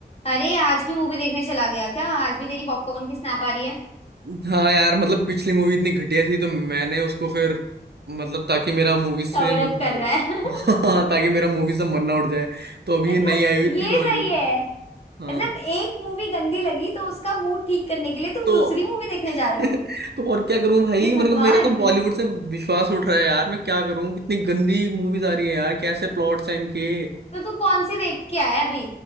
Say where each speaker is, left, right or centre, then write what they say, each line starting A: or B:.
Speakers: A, on the left; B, on the right.
A: अरे आज भी मूवी देखने चला गया क्या आज भी तेरी पॉपकॉर्न की स्नैप आ रही है
B: हाँ यार मतलब पिछली मूवी इतनी घटिया थी तो मैंने उसको फिर मतलब ताकि मेरा मूवी से
A: कवर
B: वो-
A: अप कर रहा है
B: <laughs>
A: <laughs>
B: हाँ, ताकि मेरा मूवी से मन ना उठ जाए तो अभी
A: मतलब
B: ये नई आई हुई
A: ये
B: थी बॉलीवुड
A: सही है
B: हाँ
A: मतलब एक मूवी गंदी लगी तो उसका मूड ठीक करने के लिए तुम
B: तो
A: दूसरी मूवी देखने जा रहे
B: <laughs>
A: हो
B: तो और क्या करूं भाई
A: हे भगवान
B: मेरे को मेरा तो बॉलीवुड से विश्वास उठ रहा है यार मैं क्या करूं कितनी गंदी मूवीज आ रही है यार कैसे प्लॉट्स हैं इनके
A: तो तू कौन सी देख के आया अभी